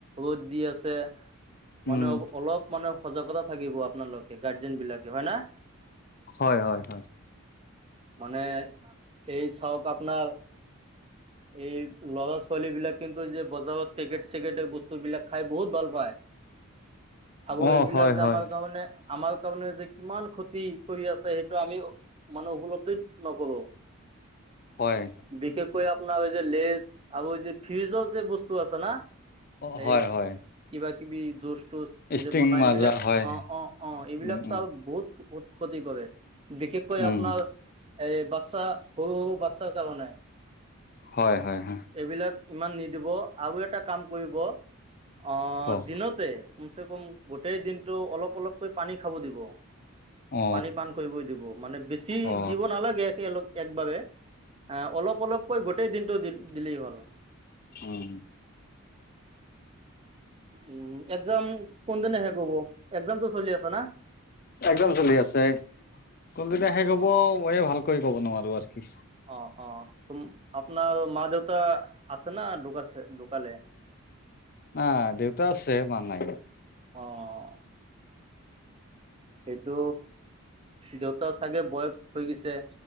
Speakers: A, on the right; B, on the left.
A: ৰ'দ দি আছে
B: উম
A: মানে অঁ অলপ। মানে সজাগতা থাকিব আপোনালোকে গাৰ্জেন বিলাকে হয়ঁ না।
B: হয়ঁ হয়ঁ হয়ঁ।
A: মানে সেই চাহক আপোনাৰ- এই ল'ৰা ছোৱালী বিলাক কিন্তু যে বজাৰত পেকেট চেকেট এই বস্তু বিলাক খাই বহুত ভাল পায়। আৰু
B: অ
A: এইবিলাক
B: হয়
A: যে
B: হয়
A: আমাৰ কাৰণে- আমাৰ কাৰণে যে কিমান ক্ষতি কৰি আছে সেইটো আমি মানে উপলব্ধ- হিত নকৰোঁ।
B: হয়
A: বিশেষকৈ আপোনাৰ এই যে লেজ আৰু যে ফ্ৰিজৰ যে বস্তু আছে না।
B: অ
A: এইট
B: হয় হয়
A: কিবা কিবি জোশ- তোছ
B: ষ্টিং
A: যে বনাই
B: মাজা
A: এইবিলাক
B: হয়
A: অঁ, অঁ, অঁ, এইবিলাকতো
B: উম উম
A: আৰু বহুত ক্ষতি কৰে। বিশেষকৈ
B: উম
A: আপোনাৰ- এই বচছা সৰু সৰু বাচছাৰ কাৰণে-
B: হয়ঁ হয়ঁ হয়ঁ!
A: এইবিলাক ইমান নিদিব আৰু এটা কাম কৰিব অঁ
B: কওক
A: দিনতে- কমচে কম গোটেই দিনটো অলপ অলপকৈ পানী খাব দিব।
B: অ
A: পানী পান কৰিবই দিব মানে বেছি
B: অ
A: দিব নালাগে। এক একবাবে- এ অলপ অলপকৈ গোটেই দিনটো দিলেই হ'ল।
B: উমঁ'!
A: উমঁ একজাম কোনদিনা হেখ হ'ব একজামটো চলি আছা না-
B: একজাম চলি আছে। কোনদিনা শেষ হ'ব
A: অ',
B: ময়ে ভালকৈ কব নোৱাৰো আৰু কি?
A: অঁ অঁ তুম আপোনাৰ মা দেউতা আছে না ধোকাইছে ধোকালে। <inaudible>
B: অঁ দেউতা আছে মা নাই।
A: অঁ অঁ অঁ - এইটো দেউতা চাগে বয়স হৈ গৈছে।